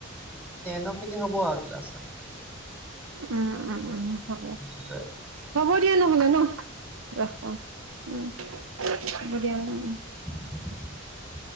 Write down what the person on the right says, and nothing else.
উম উম উম। হব,
হ'ব দিয়া নহলে ন ৰাখো, উম। হ'ব দিয়াম উম উম।